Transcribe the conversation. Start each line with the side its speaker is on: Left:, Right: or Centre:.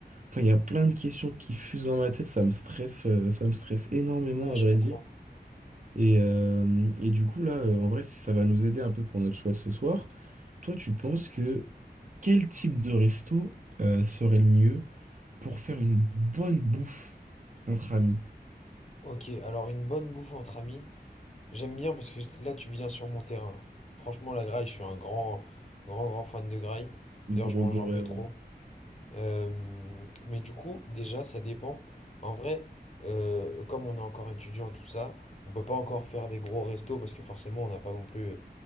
Right: Enfin, il y a plein de questions qui fusent dans ma tête. Ça me stresse, euh, ça me stresse énormément,
Left: Ouais,
Right: à
Left: je
Right: vrai
Left: comprends.
Right: dire. Et, euh, et du coup, là, euh, en vrai, si ça va nous aider un peu pour notre choix de ce soir, toi, tu penses que quel type de resto, euh, serait le mieux pour faire une bonne bouffe entre amis?
Left: Ok, alors une bonne bouffe entre amis, j'aime bien parce que là tu viens sur mon terrain là. Franchement la graille, je suis un grand, grand, grand fan de graille.
Right: Gros
Left: D'ailleurs je mange
Right: goré,
Left: un peu
Right: ouais.
Left: trop. Euh, mais du coup déjà ça dépend. En vrai, euh, comme on est encore étudiant tout ça, on peut pas encore faire des gros restos parce que forcément on n'a pas non plus